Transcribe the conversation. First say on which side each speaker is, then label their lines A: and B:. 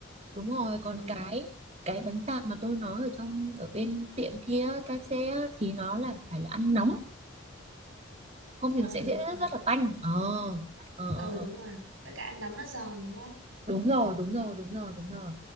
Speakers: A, on the right; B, on the right.
A: đúng rồi, còn
B: ừ
A: cái cái bánh tạc mà tôi nói ở trong ở bên tiệm kia KFC á, thì nó là phải là ăn nóng, không
B: ờ
A: thì nó sẽ
B: đúng
A: dễ
B: rồi
A: rất là tanh. Ờ, ờ,
B: ờ
A: ờ, ờ,
B: đúng rồi với cả ăn nóng nó giòn đúng không
A: đúng rồi, đúng rồi, đúng rồi, đúng rồi.